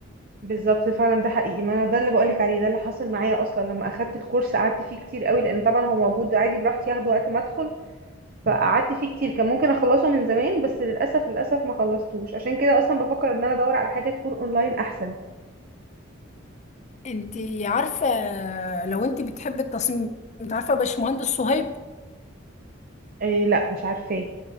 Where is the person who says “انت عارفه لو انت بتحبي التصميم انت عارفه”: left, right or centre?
Left